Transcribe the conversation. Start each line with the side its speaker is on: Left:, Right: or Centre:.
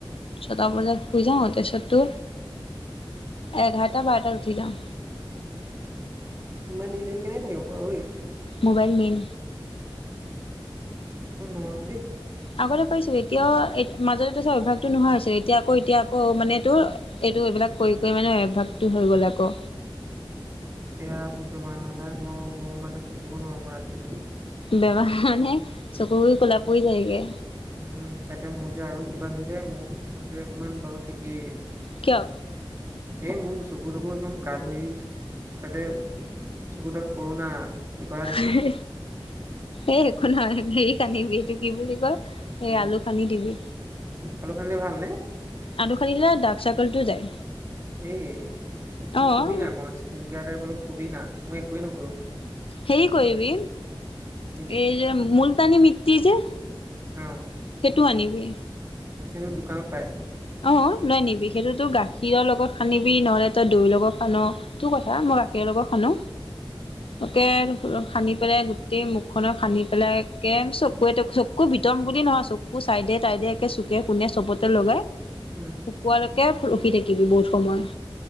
Left: ছটা বজাত শুই যাওঁ তাৰপিছত তো এঘাৰটা বাৰটাত উঠি যাওঁ।
Right: ইমান দেৰিলৈকে কেনেকে থাকিব পাৰ ঐ?
Left: Mobile main.
Right: মই নোৱাৰোঁ দেই।
Left: আগতে পাৰিছিলোঁ এতিয়াও এ মাজতে তাৰপিছত অভ্যাসটো নোহোৱা হৈছিল এতিয়া আকৌ এতিয়া আকৌ মানে তোৰ এইটো এইবিলাক কৰি কৰি মানে অভ্যাসটো হৈ গ'ল আকৌ।
Right: সেয়া বহুত বেমাৰ হৈ যায় মই মই মানে থাকিব নোৱাৰো মই ৰাতি।
Left: বেমাৰ মানে চকু গুৰি ক'লা পৰি যায়গে।
Right: উম তাতে মোৰ যে আৰু কিবা হৈ যায় মোক তোতে অকণমান বাৰু ঠিকেই।
Left: কিয়?
Right: এই মোৰ চকু তকো একদম গা ধৰি গৈছে তাতে চকুডাল সৰু না। কিবা দেখে
Left: এহু এ একো নহয় সেই কান্দিব এইটো কি বুলি কয়
Right: কি
Left: এই আলু খানি দিবি।
Right: আলু খানিলে ভাল নে?
Left: আলু খানিলে ডাৰ্ক চাৰ্কটো যায়।
Right: এই মোক
Left: অ',
Right: কবি না অকণ ইস্কিন কেয়াৰ টাইপ অলপ কবি না মই একোৱেই নকৰোঁ।
Left: সেই কৰিবি
Right: কি
Left: এই যে মূলতানী মিটি যে
Right: অহ
Left: সেইটো আনিবি
Right: সেইটো দোকানত পাই।
Left: অ লৈ অনিবি সেইটোতো গাখীৰ লগত হানিবি নহলে তই দৈৰ লগত হান তোৰ কথা মই গাখীৰ লগত হানো। <unintelligible> হানী পেলাই গোটেই মুখে চুখেনক হানী পেলাই একে চকুৱে চকুৱে কু বিতম বুলি নহয় চকুৰ চাইডে তাইডে একে চুকে কোনে চবতে লগাই,
Right: উম
Left: শুকোৱালৈকে ৰখি থাকিবি বহুত সময়।